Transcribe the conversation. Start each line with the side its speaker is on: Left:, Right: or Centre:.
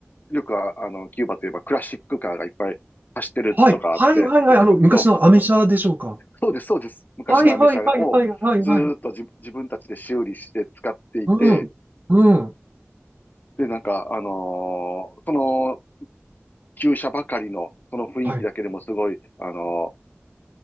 Left: よくは、あの、キューバといえばクラシックカーがいっぱい走ってるとかあって、
Right: はい。はい。はい。はい。
Left: 出てますけど、
Right: あの、昔のアメ車でしょうか。
Left: そうです、そうです。昔のアメ車をずーっと自自分たちで修理して使っていて、
Right: はい。はい。はい。はい。はい。はい。うん。うん。
Left: で、なんか、あのーその、旧車ばかりの、その雰囲気だけでもすごい、
Right: はい。
Left: あのー